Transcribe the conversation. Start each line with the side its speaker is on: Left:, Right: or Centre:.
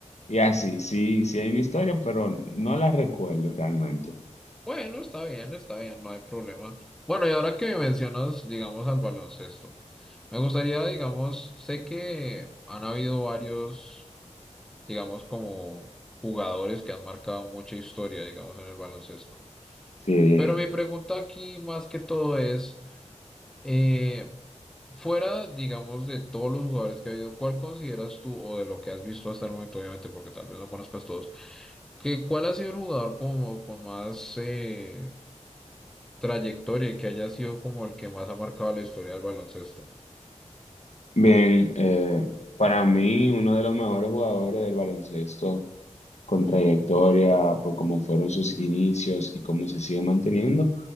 Left: y así. Sí, sí hay una historia, pero no la recuerdo realmente.
Centre: Bueno, está bien, está bien, no hay problema. Bueno, y ahora que mencionas, digamos, al baloncesto, me gustaría, digamos, sé que han habido varios digamos, como jugadores que han marcado mucha historia, digamos, en el baloncesto.
Left: Sí.
Centre: Pero mi pregunta aquí más que todo es, eh, fuera, digamos, de todos los jugadores que ha habido, ¿cuál consideras tú, o de lo que has visto hasta el momento, obviamente, porque tal vez no conozcas todos, que cuál ha sido el jugador como con más eh, trayectoria y que haya sido como el que más ha marcado la historia del baloncesto?
Left: Bien, eh, para mí uno de los mejores jugadores del baloncesto con trayectoria, por cómo fueron sus inicios y cómo se sigue manteniendo,